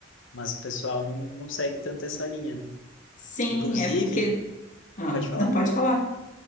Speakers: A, on the left; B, on the left.
A: mas o pessoal não, não segue tanto essa linha, né?
B: Sim,
A: Inclusive,
B: é porque. Ah,
A: pode falar.
B: não pode falar.